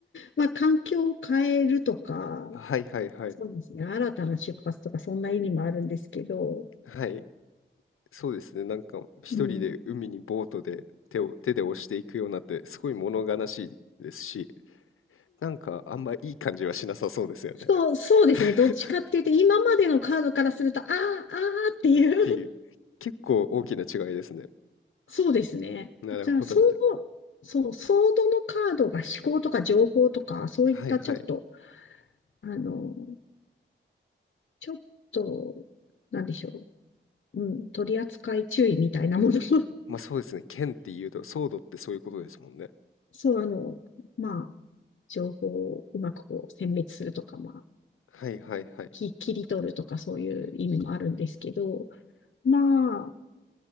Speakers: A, on the left; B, on the left.
A: まあ、環境を変えるとか、
B: はいはいはい、
A: そうですね。新たな出発とか、そんな意味もあるんですけど、
B: はい、そうですね、なんか一人で海にボートで手を手で押していくようになってすごい物悲しいですし、
A: うん。
B: なんかあんまいい感じはしなさそうですよね。
A: そう、そうですね。
B: <laughs>
A: どっちかっていうと、今までのカードからすると、ああ、ああっていう
B: っていう、結構大きな違いですね。
A: そうですね。
B: なるほど、
A: じゃあ、そう、
B: なる
A: そう、ソードのカードが思考とか情報とか、そういったちょっと、
B: ほど。はいはい。
A: あの、ちょっと、なんでしょう。うん、取り扱い注意みたいなもの。<laughs>
B: まあそうですね。剣って言うと、ソードってそういうことですもんね。
A: そう、あの、まあ、情報をうまくこう、選別するとか、まあ、
B: はいはいはい。
A: き切り取るとか、そういう意味もあるんですけど、まあ、